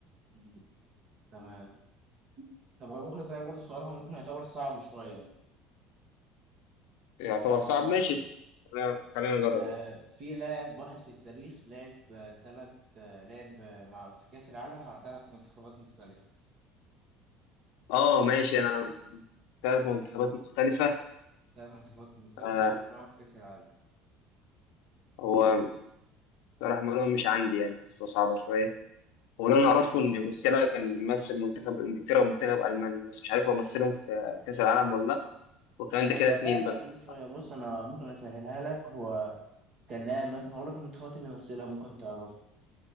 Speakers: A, on the right (about 35°); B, on the left (about 80°).
A: مم. تمام طب هو ممكن أسألك برضه سؤال هو ممكن يعتبر صعب شوية
B: يعتبر
A: هو
B: صعب ماشي خلينا خلينا نجرب
A: آه،
B: يعني
A: في لاعب واحد في التاريخ لعب آه، تلات آه، لعب آه، مع في كأس العالم مع تلات منتخبات مختلفة
B: اه ماشي انا ثلاث منتخبات مختلفة
A: تلات منتخبات مختلفة
B: آه
A: شارك معاهم في كأس العالم
B: هو صلاح مرون مش عندي يعني حاسه صعبة شوية هو اللي انا اعرفه ان موسيالا كان ممثل منتخب انجلترا ومنتخب المانيا بس مش عارف هو مثلهم في كأس العالم ولا لا وكان
A: لا
B: ده
A: هو
B: كده اتنين
A: لاعب
B: بس
A: قديم شوية بص أنا ممكن أسهلها لك هو كان لاعب مثلا هقول لك المنتخبات اللي مثلها ممكن تعرفها